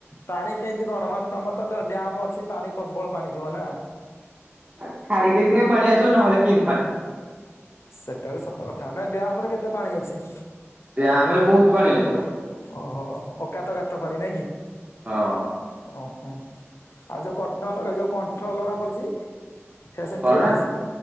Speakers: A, on the left; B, on the right.
A: ପାଣି କେମିତି କଣ ମାନେ ତମର ତ ଡ୍ୟାମ ଅଛି ପାଣି ପ୍ରବଳ ପାଣି ଥିବ ନା?
B: ଆଉ ଛାଡିଲେ ସିନା ପାଣି ଆସିବ ନହେଲେ କି
A: ସେଟା ବି ସତ କଥା ନା ଡ୍ୟାମରେ କେତେ ପାଣି ଅଛି?
B: ଡ୍ୟାମରେ ବହୁତ ପାଣି ଅଛି ତ।
A: ଓହୋ ଅକାତ ଗାତ ପାଣି ନାଇଁ କି
B: ହଁ
A: ଓ। ହଁ ଆଉ ଯେଉଁ କଟନ ଏ ଯେଉଁ କଣ୍ଟନର୍ ଲଗା ପଡ଼ିଛି? ସେ ସେନ
B: କଣ
A: ଥୁଆ
B: ନା
A: ହେଇଛି